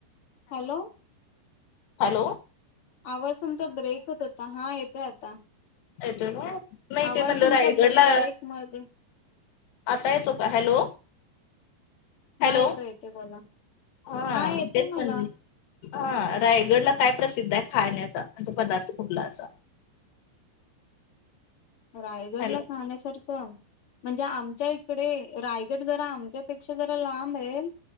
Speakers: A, on the left; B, on the left.
A: हॅलो.
B: हॅलो.
A: आवाज तुमचा ब्रेक होत होता हा येतोय आता
B: ेतो ना नाही
A: आवाज
B: ते म्हणलं
A: तुमचा
B: रायगड
A: ब्रेक
B: ला
A: मध्ये
B: आता येतो का हॅलो
A: हा
B: हॅलो
A: येतो येते बोला
B: हा
A: येतोय
B: बस
A: मला
B: म्हणली हा रायगडला काय प्रसिद्ध आहे खाण्याचा म्हण तो पदार्थ कुठला असा
A: रायगड
B: हॅलो
A: ला खाण्यासारखं म्हणजे आमच्या इकडे रायगड जरा आमच्यापेक्षा जरा लांब आहे